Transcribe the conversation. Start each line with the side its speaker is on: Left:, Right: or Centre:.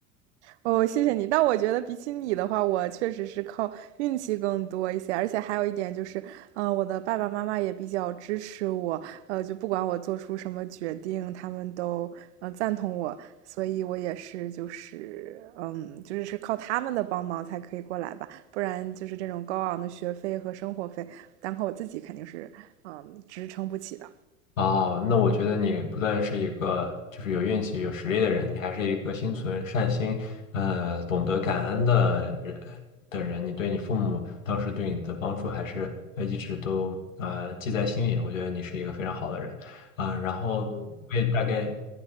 Right: 哦，谢谢你。但我觉得比起你的话，我确实是靠运气更多一些，而且还有一点就是，嗯、呃我的爸爸妈妈也比较支持我，呃，就不管我做出什么决定，他们都呃赞同我，所以我也是就是嗯，就是是靠他们的帮忙才可以过来吧，不然就是这种高昂的学费和生活费，单靠我自己肯定是嗯支撑不起的。
Left: 啊，那我觉得你不但是一个就是有运气、有实力的人，你还是一个心存善心，呃，懂得感恩的人的人。你对你父母当时对你的帮助，还是呃一直都呃记在心里。我觉得你是一个非常好的人，啊、然后嗯我也大概